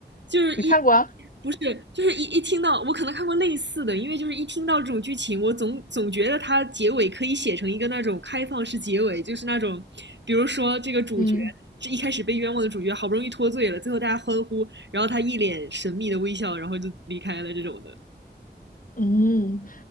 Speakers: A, on the right (about 85°); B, on the left (about 50°).
A: 就是一
B: 你看过啊？
A: 不是就是一一听到我可能看过类似的，因为就是一听到这种剧情，我总总觉得它结尾可以写成一个那种开放式结尾，就是那种比如说这个主角。
B: 嗯。
A: 这一开始被冤枉的主角好不容易脱罪了，最后大家欢呼，然后他一脸神秘的微笑，然后就离开了这种的。
B: 嗯，